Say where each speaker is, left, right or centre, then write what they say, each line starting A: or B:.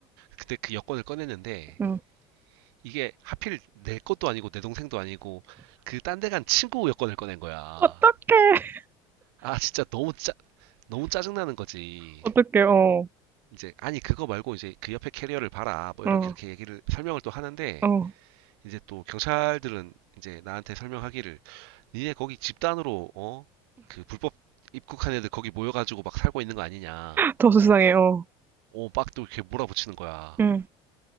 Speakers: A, on the right; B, on the right.
A: 그때 그 여권을 꺼냈는데
B: 응.
A: 이게 하필 내 것도 아니고 내 동생도 아니고 그 딴 데 간 친구 여권을 꺼낸 거야.
B: 어떡해, <laughs>
A: 아 진짜 너무 짜 너무 짜증나는 거지.
B: 어떡해, 어,
A: 이제 아니 그거 말고 이제 그 옆에 캐리어를 봐라 뭐
B: 어,
A: 이렇게 이렇게 얘기를 설명을 또 하는데
B: 어,
A: 이제 또 경찰들은 이제 나한테 설명하기를 니네 거기 집단으로 어 그 불법 입국한 애들 거기 모여가지고 막 살고 있는 거 아니냐.
B: 더 수상해, 어,
A: 오 막 또 이렇게 몰아붙이는 거야.
B: 응,